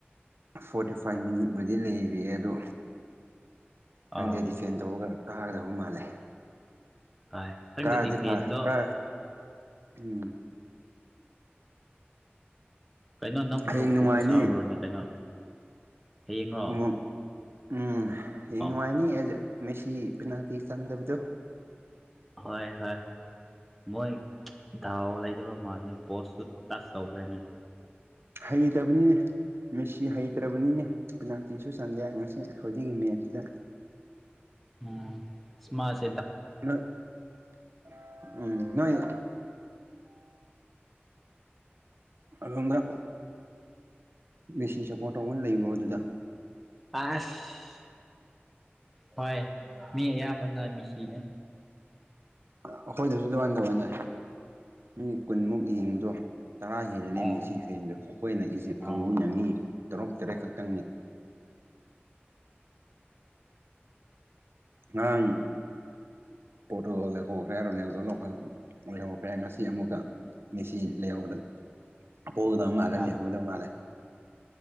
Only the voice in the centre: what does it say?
ꯑꯥ
ꯍꯣꯏ ꯈꯪꯗꯦ
ꯗꯤꯐꯦꯟꯗꯣ
ꯀꯩꯅꯣ ꯅꯪ ꯃꯣꯔꯣꯛ
ꯀꯨꯝꯅ ꯆꯥꯕ꯭ꯔꯣꯅꯦ ꯀꯩꯅꯣ ꯍꯌꯦꯡꯔꯣ
ꯑꯥ
ꯍꯣꯏ ꯍꯣꯏ ꯃꯣꯏ ꯗꯥꯎ ꯂꯩꯗꯕ ꯃꯥꯜꯂꯦ ꯄꯣꯁꯁꯨ ꯇꯁ ꯇꯧꯈ꯭ꯔꯦꯅꯦ
ꯎꯝ ꯑꯁ ꯃ
ꯑꯁ ꯍꯣꯏ ꯃꯤ ꯑꯌꯥꯝꯕꯅ ꯃꯤꯁꯤꯅꯦ
ꯑꯣ
ꯑꯣ
ꯍꯣꯏ